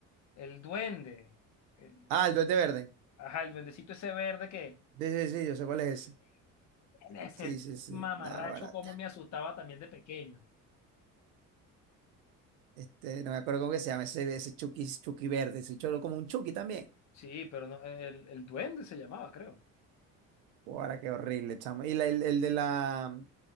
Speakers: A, on the left; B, on the right.
A: el duende. El,
B: Ah, el Duende Verde.
A: ajá, el duendecito ese verde que
B: Sí, sí, sí, yo sé cuál es ese.
A: ese
B: Sí, sí, sí.
A: mamarracho
B: Nada,
A: como me asustaba también de pequeño.
B: Este, no me acuerdo cómo que se llama ese, ese Chucky, Chucky verde, ese cholo como un Chucky también.
A: Sí, pero no, el, el duende se llamaba, creo.
B: Ahora qué horrible, chamo. Y la- el, el de la,